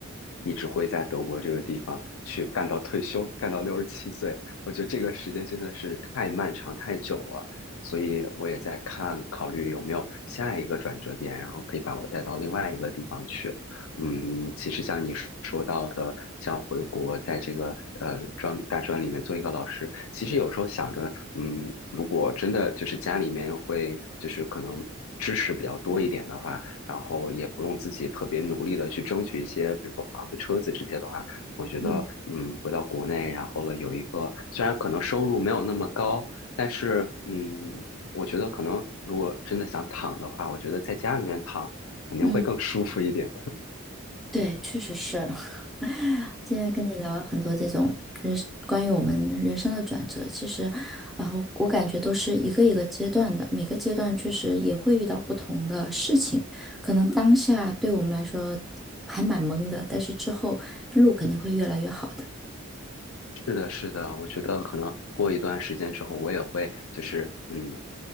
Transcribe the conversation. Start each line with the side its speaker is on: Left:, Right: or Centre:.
Left: 一直会在德国这个地方去干到退休，干到六十七岁。我觉得这个时间真的是太漫长、太久了，所以我也在看，考虑有没有下一个转折点，然后可以把我带到另外一个地方去。嗯，其实像你说到的，像回国在这个呃专大专里面做一个老师，其实有时候想着，嗯，如果真的就是家里面会就是可能支持比较多一点的话。然后也不用自己特别努力的去争取一些，比如说房子、车子这些的话，
Centre: <laughs>
Left: 我觉得，
Centre: 嗯
Left: 嗯，回到国内，然后了有一个，虽然可能收入没有那么高，但是，嗯，我觉得可能如果真的想躺的话，我觉得在家里面躺肯定会更舒服一点。
Centre: 嗯，对，确实是。<laughs> 今天跟你聊了很多这种人关于我们人生的转折，其实，啊、我我感觉都是一个一个阶段的，每个阶段确实也会遇到不同的事情，可能当下对我们来说还蛮懵的，但是之后路肯定会越来越好的。
Left: 是的，是的，我觉得可能过一段时间之后，我也会就是嗯，